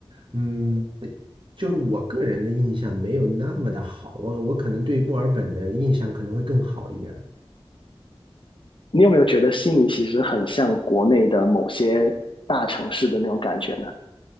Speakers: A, on the right; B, on the left.
A: 嗯，就是我个人的印象没有那么的好。我我可能对墨尔本的印象可能会更好一点儿
B: 你有没有觉得悉尼其实很像国内的某些大城市的那种感觉呢？